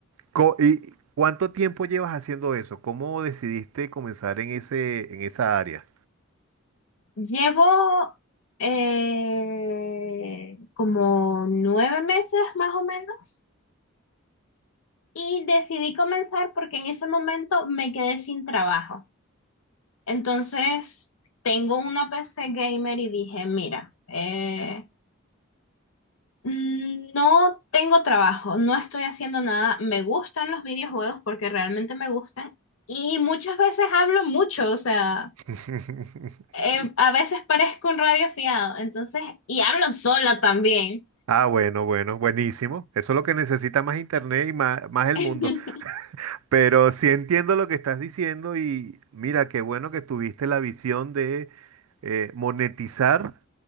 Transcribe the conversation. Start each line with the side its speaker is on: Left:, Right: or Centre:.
Right: Co- ¿Y cuánto tiempo llevas haciendo eso? ¿Cómo decidiste comenzar en ese, en esa área?
Left: Llevo eh, como nueve meses más o menos y decidí comenzar porque en ese momento me quedé sin trabajo. Entonces tengo una PC gamer y dije, mira, eh, Mm, No tengo trabajo, no estoy haciendo nada. Me gustan los videojuegos porque realmente me gustan y muchas veces hablo mucho, o sea,
Right: <laughs>
Left: eh, a veces parezco un radio fiado, entonces, y hablo sola también.
Right: Ah, bueno, bueno, buenísimo. Eso es lo que necesita más internet y más, más el
Left: <laughs>
Right: mundo. Pero sí entiendo lo que estás diciendo y mira, qué bueno que tuviste la visión de eh, monetizar